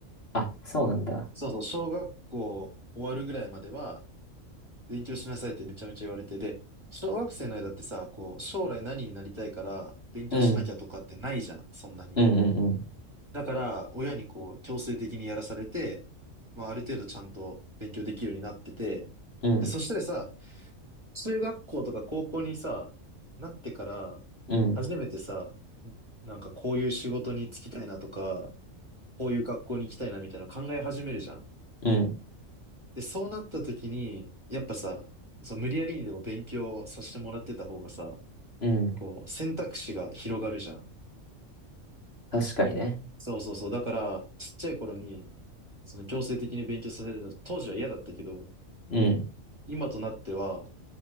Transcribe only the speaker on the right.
そうそう、小学校終わるぐらいまでは、勉強しなさいってめちゃめちゃ言われて、で、小学生の間ってさ、こう、将来何になりたいから勉強しなきゃとかってないじゃん、
そんなに。
だから、親にこう、強制的にやらされて、まあ、ある程度ちゃんと勉強できるようになってて、
で、そしたらさ、中学校とか高校にさ、なってから、
初めてさ、なんかこういう仕事に就きたいなとか、こういう学校に行きたいなみたいなの考え始めるじゃん。
で、そうなった時に、やっぱさ、そう、無理やりにでも勉強させてもらってた方がさ、
こう、選択肢が広がるじゃん。
そうそうそう。だから、ちっちゃい頃に、その強制的に勉強させるの、当時は嫌だったけど、
今となっては